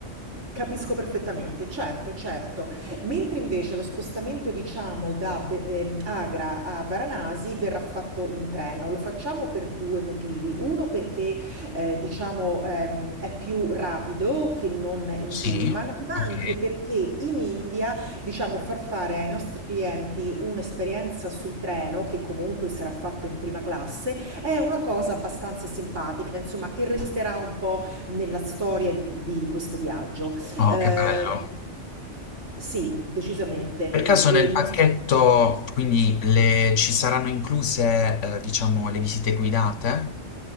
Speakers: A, on the right; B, on the left.
A: Capisco perfettamente, certo, certo. Mentre invece lo spostamento diciamo da Be ehm, Agra a Varanasi verrà fatto in treno. Lo facciamo per 2 motivi. Uno perché, ehm, diciamo, ehm, è più rapido che non in pullman,
B: Sì?
A: ma
B: Ok.
A: anche perché in India, diciamo, far fare ai nostri clienti un'esperienza sul treno, che comunque sarà fatto in prima classe, è una cosa abbastanza simpatica, insomma, che resterà un po' nella storia di, di questo viaggio.
B: Oh,
A: Eh,
B: che bello.
A: sì, decisamente.
B: Per caso
A: E
B: nel
A: non
B: pacchetto,
A: so-
B: quindi le- ci saranno incluse, eh, diciamo, le visite guidate?